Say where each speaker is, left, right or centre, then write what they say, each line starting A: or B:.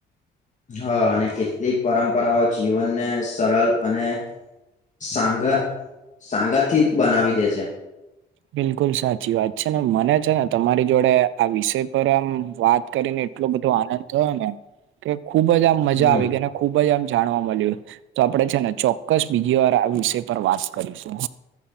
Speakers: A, on the left; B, on the right.
A: હા અને કેટલીક પરંપરાઓ જીવનને સરળ અને સાઘા સાંંગા થી જ બનાવી દે છે
B: બિલકુલ સાચી વાત છે ને મને છે ને તમારી જોડે આ વિષય પર આમ વાત કરીને એટલો બધો આનંદ થયો ને કે ખુબ જ આમ મજા
A: હમ
B: આવી ગઈને ખુબ જ આમ જાણવા મળ્યું તો આપણેે છે ને ચોક્કસ બીજી વાર આ વિષય પર વાત કરીશું